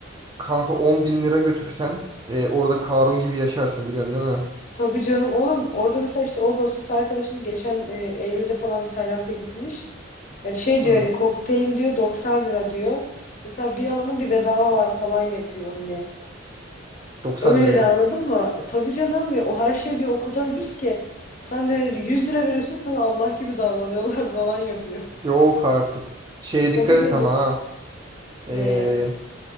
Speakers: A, on the right; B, on the left.
A: kanka 10 bin lira götürsen e, orada Karun gibi yaşarsın biliyorsun değil mi?
B: Tabii canım oğlum orada mesela işte o hostes arkadaşım geçen e, Eylül'de falan bir Tayland'a gitmiş. Yani şey diyor
A: Hı.
B: hani kokteyl diyor 90 lira diyor. Mesela bir alanın bir bedava var falan yapıyor hani.
A: 90
B: Öyle
A: liraya.
B: de anladın mı? E, Tabii canım ya o her şey diyor o kadar ucuz ki. Sen de hani 100 lira veriyorsun sana Allah gibi davranıyorlar <laughs> falan yapıyor.
A: Yok artık. Şeye
B: Tabii
A: dikkat
B: canım.
A: et ama ha.
B: Neye?
A: E,